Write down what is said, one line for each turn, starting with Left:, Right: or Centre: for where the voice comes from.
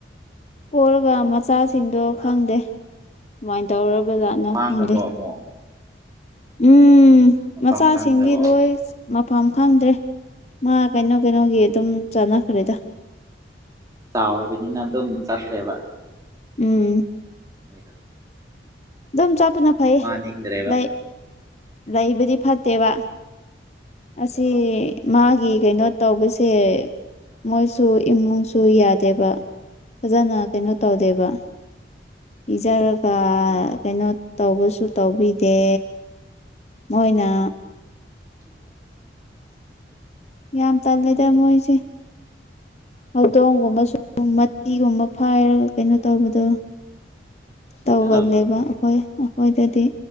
Left: ꯄꯂꯒ
Right: ꯑꯣ
Left: ꯃꯆꯥꯁꯤꯡꯗꯣ
Right: ꯀꯌꯥ
Left: ꯈꯪꯗꯦ ꯑꯗꯨꯃꯥꯏ ꯇꯧꯔꯕꯖꯥꯠꯅꯣ
Right: ꯑꯣ ꯃꯥꯡꯈ꯭ꯔꯕꯣ
Left: ꯈꯪꯗꯦ
Right: ꯑꯃꯨꯛ
Left: ꯎꯝ
Right: ꯃꯐꯝ
Left: ꯃꯆꯥꯁꯤꯡꯗꯤ
Right: ꯈꯪꯗ꯭ꯔꯕꯣ
Left: ꯂꯣꯏ ꯃꯐꯝ ꯈꯪꯗ꯭ꯔꯦ ꯃꯥ ꯀꯩꯅꯣ ꯀꯩꯅꯣꯒꯤ ꯑꯗꯨꯝ ꯆꯥꯟꯅꯈ꯭ꯔꯦꯗ
Right: ꯆꯥꯎꯔꯕꯅꯤꯅ ꯑꯗꯨꯝ ꯆꯠꯈ꯭ꯔꯦꯕ <inaudible>
Left: ꯎꯝ
Right: ꯑꯣꯏꯣꯏꯗ
Left: ꯑꯗꯨꯝ ꯆꯞꯄꯅ ꯐꯩ
Right: ꯅꯤꯡꯗ꯭ꯔꯦꯕ
Left: ꯂꯩ ꯂꯩꯕꯗꯤ ꯐꯠꯇꯦꯕ ꯑꯁꯤ
Right: ꯑ
Left: ꯃꯥꯒꯤ ꯀꯩꯅꯣ ꯇꯧꯕꯁꯦ ꯃꯣꯏꯁꯨ ꯁꯨ ꯏꯃꯨꯡꯁꯨ ꯌꯥꯗꯦꯕ ꯐꯖꯅ ꯀꯩꯅꯣ ꯇꯧꯗꯦꯕ ꯏꯖꯔꯒ ꯀꯩꯅꯣ ꯇꯧꯕꯁꯨ ꯇꯧꯕꯤꯗꯦ ꯃꯣꯏꯅ
Right: <inaudible> <unintelligible>
Left: ꯌꯥꯝ ꯇꯜꯂꯦꯗ ꯃꯣꯏꯁꯦ ꯍꯧꯗꯣꯡꯒꯨꯝꯕ ꯁ ꯃꯇꯤꯒꯨꯝꯕ ꯐꯥꯏꯔꯒ ꯀꯩꯅꯣ ꯇꯧꯕꯗꯣ ꯇꯧꯒꯜꯂꯦꯕ
Right: ꯑꯣ
Left: ꯑꯩꯈꯣꯏ ꯑꯩꯈꯣꯏꯗꯗꯤ